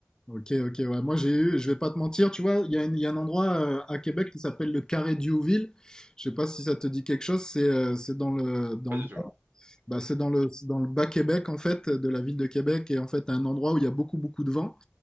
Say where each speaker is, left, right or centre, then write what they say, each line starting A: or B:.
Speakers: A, on the left; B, on the right.
A: Ok, ok, ouais. Moi, j'ai eu, je vais pas te mentir, tu vois, il y a, une- il y a un endroit euh, à Québec qui s'appelle le Carré Diouville. Je sais pas si ça te dit quelque chose. C'est euh, c'est dans le, dans
B: Pas
A: le,
B: du tout.
A: bah, c'est dans le, c'est dans le bas Québec, en fait, de la ville de Québec. Et en fait, un endroit où il y a beaucoup, beaucoup de vent.